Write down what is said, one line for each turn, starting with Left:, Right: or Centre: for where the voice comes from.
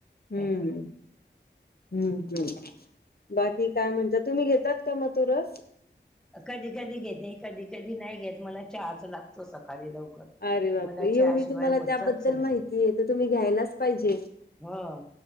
Left: हम्म
Centre: त्यातन
Left: हम्म हम्म बाकी काय म्हणत तुम्ही घेतात का मथुरस
Centre: कधी कधी घेते कधी कधी नाही घेत मला चार्च ला सकाळी लवकर
Left: अरे बापरे
Centre: मला शिवाय
Left: एवढी तुम्हाला
Centre: होतच
Left: त्याबद्दल
Centre: नाही
Left: माहितीय तर तुम्ही घ्यायलाच पाहिजे.
Centre: हा